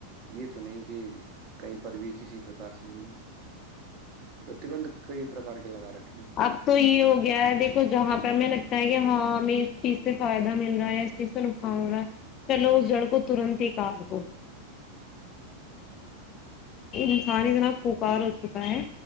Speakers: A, on the right; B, on the left.
A: یہ تو نہیں کہ کہیں پر بھی کسی پرک سے بھی پرتبندند کئی پرک کے لگا رکھ
B: اب تو یہ ہو گیا ہے دیکھو جہاں پہ ہمیں لگتا ہے کہ ہاں ہمیں اس چیز سے فائدہ مل رہا ہے اس چیز سے نقصان ہو رہا ہے چلو اس جڑ کو ترنت ہی کاٹ دو انسان اتنا پکار ہو چکا ہے